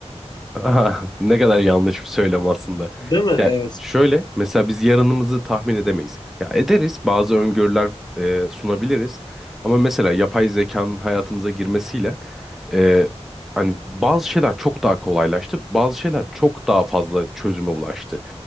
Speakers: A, in the centre; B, on the left.
A: <laughs> Aha, ne kadar yanlış bir söylem aslında.
B: Değil mi?
A: Ya
B: Evet.
A: şöyle mesela biz yarınımızı tahmin edemeyiz. Ya ederiz bazı öngörüler e, sunabiliriz. Ama mesela yapay zekanın hayatımıza girmesiyle e, hani bazı şeyler çok daha kolaylaştı. Bazı şeyler çok daha fazla çözüme ulaştı.